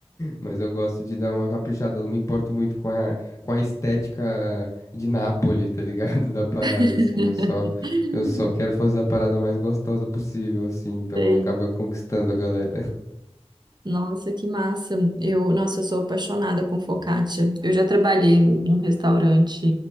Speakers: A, on the left; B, on the right.
A: mas eu gosto de dar uma caprichada. Eu não me importo muito com a, com a estética de Nápoles, tá ligado? <laughs> Da parada,
B: <laughs>
A: assim. Eu só, eu só quero fazer a parada mais gostosa possível, assim. Então
B: sei.
A: acaba conquistando a galera.
B: Nossa, que massa. Eu, nossa, eu sou apaixonada com focaccia. Eu já trabalhei em um restaurante